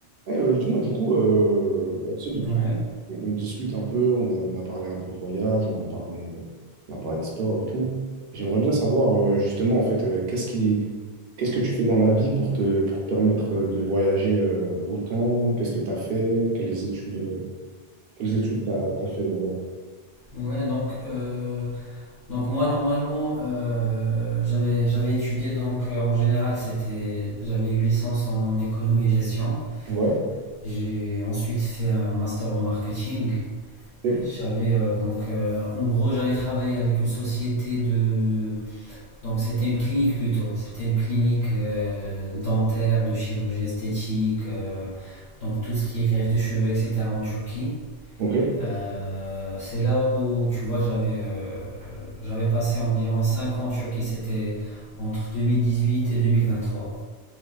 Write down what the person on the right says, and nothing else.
Ouais, euh, dis-moi, du coup, euh, bah, tu sais, depuis-
on, on discute un peu, on a, on a parlé un peu de voyage, on a parlé, euh, on a parlé sport et tout. J'aimerais bien savoir, euh, justement, en fait, euh, qu'est-ce qui, qu'est-ce que tu fais dans la vie pour te, pour te permettre euh, de voyager euh, autant? Qu'est-ce que tu as fait? Quelles études, euh, quelles études tu as, fait d'abord?
Ouais,
ok,
ok,